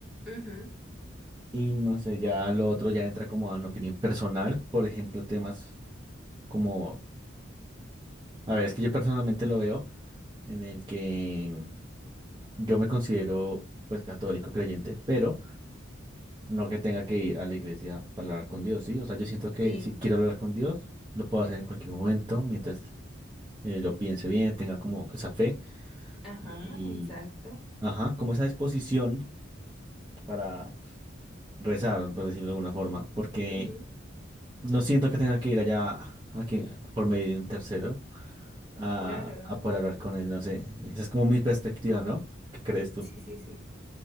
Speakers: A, in the centre; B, on the right.
A: Ujú,
B: Y no sé, ya lo otro ya entra como en opinión personal, por ejemplo, temas como, a ver, es que yo personalmente lo veo. en el que yo me considero pues católico creyente, pero no que tenga que ir a la iglesia para hablar con Dios, ¿sí? O sea, yo siento que
A: Sí,
B: si quiero hablar con Dios, lo puedo hacer en cualquier momento, mientras eh, lo piense bien, tenga como esa fe
A: ajá,
B: y,
A: exacto.
B: ajá, como esa disposición para rezar, por decirlo de alguna forma, porque
A: Ujú,
B: no siento que tenga que ir allá a que- por medio de un tercero a,
A: Claro,
B: a poder hablar con él, no sé. Esa es como mi perspectiva, ¿no? ¿Qué crees tú?
A: sí, sí, sí.